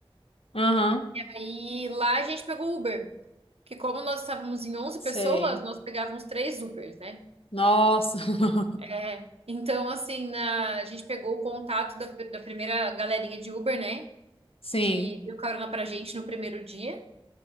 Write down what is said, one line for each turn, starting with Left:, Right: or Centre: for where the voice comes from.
Left: Aham,
Right: aí lá a gente pegou o Uber. Que como nós estávamos em onze
Left: sei.
Right: pessoas, nós pegávamos três Ubers, né?
Left: Nossa, <laughs>
Right: É, então, assim, na- a gente pegou o contato da, da primeira galerinha de Uber, né?
Left: sim,
Right: Que deu carona pra gente no primeiro dia.